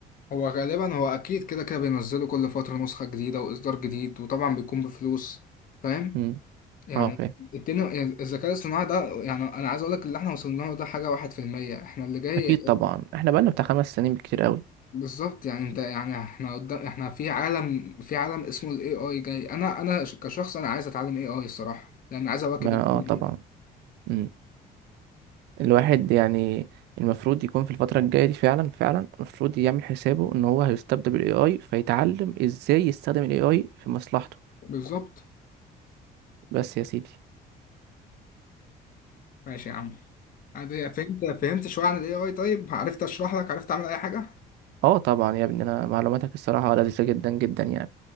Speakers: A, on the left; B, on the right.
A: هو غالبا هو اكيد كده كده بينزلوا كل فترة نسخة جديدة واصدار جديد وطبعا بيكون بفلوس فاهم
B: امم
A: يعني
B: اه فاهم
A: الدنيا الذكاء الاصطناعي ده يعني انا عايز اقول لك اللي احنا وصلنا له ده حاجة واحد في المية احنا اللي جاي
B: اكيد طبعا احنا بقالنا بتاع خمس سنين بكتير قوي
A: بالظبط يعني انت يعني احنا قدام احنا في عالم في عالم اسمه الاي اي جاي انا انا ش- كشخص انا عايز اتعلم اي اي الصراحة لان عايز اواكب
B: ما
A: الدنيا
B: اه طبعا
A: دي
B: مم. الواحد يعني المفروض يكون في الفترة الجاية دي فعلا فعلا المفروض يعمل حسابه ان هو هيستبدل بالاي اي فيتعلم ازاي يستخدم الاي اي في مصلحته
A: بالظبط
B: بس يا سيدي
A: ماشي يا عم عادي، فهمت فهمت شوية عن الاي اي طيب عرفت اشرح لك عرفت اعمل اي حاجة
B: اه طبعا يا ابني انا معلوماتك الصراحة لذيذة جدا جدا يعني